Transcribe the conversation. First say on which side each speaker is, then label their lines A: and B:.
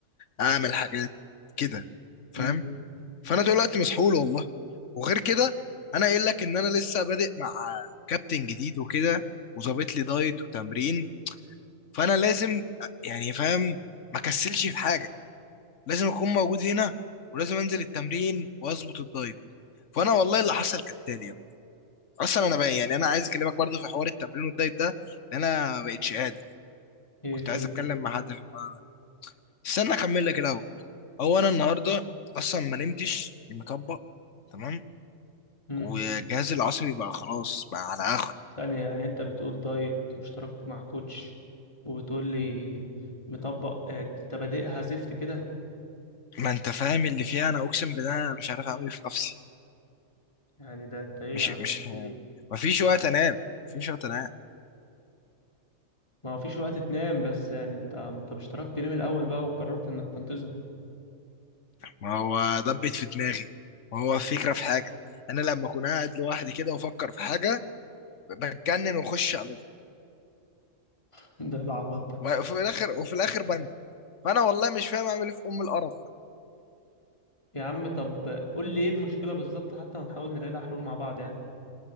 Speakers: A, on the left; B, on the left.
A: اعمل حاجات كده فاهم
B: امم
A: فانا طول الوقت مسحول والله وغير كده انا قايل لك ان انا لسه بادئ مع كابتن جديد وكده وظابط لي دايت وتمرين فانا لازم أ- يعني فاهم ما كسلش في حاجه لازم اكون موجود هنا ولازم انزل التمرين واظبط الدايت فانا والله اللي حصل كالتالي يا ابني. اصلا انا بقى يعني انا عايز اكلمك برضه في حوار التمرين والدايت ده لان انا ما بقتش قادر
B: ايه
A: كنت
B: في
A: عايز اتكلم مع حد في الموضوع ده استنى اكمل لك الاول هو انا النهارده اصلا ما نمتش مطبق تمام
B: امم
A: والجهاز العصبي بقى خلاص بقى على اخره
B: ثانية يعني انت بتقول دايت واشتركت مع كوتش وبتقول لي مطبق يعني انت بادئها زفت كده
A: ما انت فاهم اللي فيها انا اقسم بالله انا مش عارف اعمل ايه في نفسي
B: يعني ده انت ايه
A: مش
B: يا عم
A: مش
B: ايه
A: ما فيش وقت انام ما فيش وقت انام
B: ما هو فيش وقت تنام بس يعني انت طب اشتركت ليه من الاول بقى وقررت انك تنتظم
A: ما هو دبت في دماغي ما هو فكرة في حاجة انا لما اكون قاعد لوحدي كده وافكر في حاجة بتجنن واخش اعملها
B: <laughs> ده العبط ده
A: وفي الاخر وفي الاخر بندم فانا والله مش فاهم اعمل ايه في ام القرف ده.
B: يا عم طب قول لي ايه المشكلة بالظبط حتى ونحاول نلاقي لها حلول مع بعض يعني